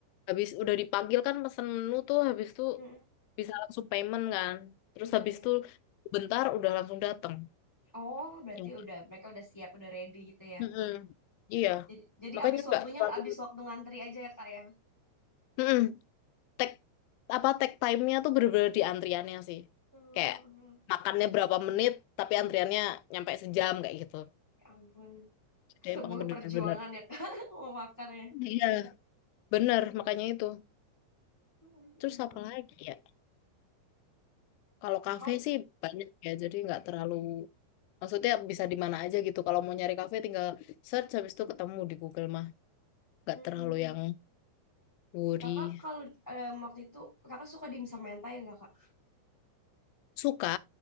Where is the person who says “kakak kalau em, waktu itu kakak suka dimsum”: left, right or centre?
Centre